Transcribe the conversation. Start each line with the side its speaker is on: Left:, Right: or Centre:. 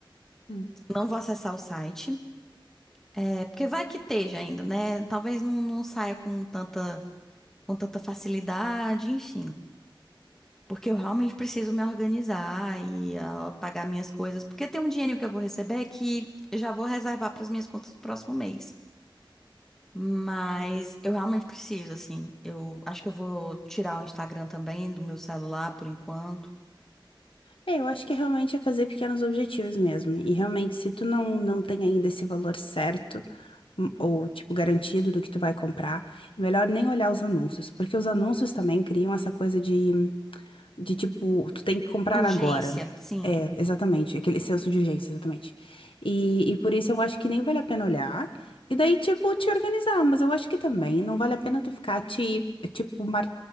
Left: Hum.
Centre: Não vou acessar o site, é, porque vai que esteja ainda, né? Talvez não, não saia com tanta, com tanta facilidade, enfim. Porque eu realmente preciso me organizar e ah, pagar minhas coisas. Porque tem um dinheiro que eu vou receber que eu já vou reservar para as minhas contas do próximo mês. Mas eu realmente preciso, assim. Eu acho que eu vou tirar o Instagram também do meu celular por enquanto.
Left: É, eu acho que é realmente é fazer pequenos objetivos mesmo. E realmente, se tu não, não tem ainda esse valor certo, hum, ou tipo, garantido do que tu vai comprar, é melhor nem olhar os anúncios, porque os anúncios também criam essa coisa de de tipo, tu tem que comprar
Centre: Urgência,
Left: agora.
Centre: sim.
Left: É, exatamente. Aquele senso de urgência, exatamente. E, e por isso eu acho que nem vale a pena olhar. E daí, tipo, te organizar. Mas eu acho que também não vale a pena tu ficar te, tipo, mar...